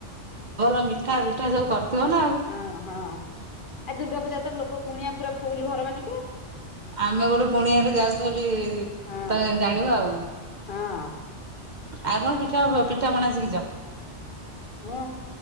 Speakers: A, on the right; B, on the left.
A: ଭଲ ମିଠା ଫିଠା ସବୁ କରିଥିବ ନା ଆଉ।
B: ହଁ ହଁ ଆ ଦୁର୍ଗା ପୂଜା ତ ଲୋକ କୁଣିଆ ପୁରା ଫୁଲ ଘର ମାନଙ୍କେ
A: ଆମେ ଗୋଟେ କୁଣିଆରେ ଯାଉଛୁ ବୋଲି
B: ହଁ
A: ତମେ ଜାଣିବ ଆଉ
B: ହଁ।
A: ଆଉ କଣ ପିଠା ପିଠା ପଣା ଶିକିଛ।
B: ମୁଁ